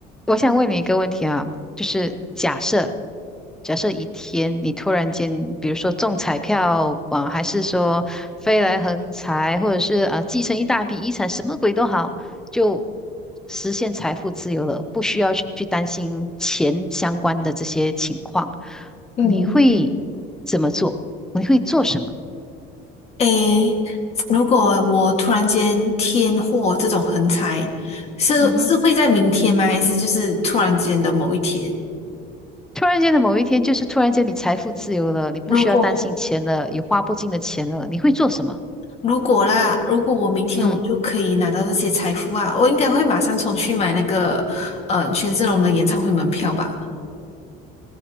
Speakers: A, in the centre; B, on the left.
A: 我想问你一个问题啊，就是假设，假设一天你突然间，比如说中彩票啊，还是说飞来横财，或者是啊继承一大笔遗产，什么鬼都好，就实现财富自由了，不需要去去担心钱相关的这些情况，
B: 嗯
A: 你会怎么做？你会做什么？
B: 诶，如果我突然间天祸这种横财，是是会在明天吗？
A: 嗯哼。
B: 还是就是突然间的某一天？
A: 突然间的某一天，就是突然间你财富自由了，你不需要担心钱了，
B: 如果
A: 有花不尽的钱了，你会做什么？
B: 如果啦，如果我明天我就可以拿到这些财富啊，
A: 嗯。
B: 我应该会马上冲去买那个呃权志龙的演唱会门票吧，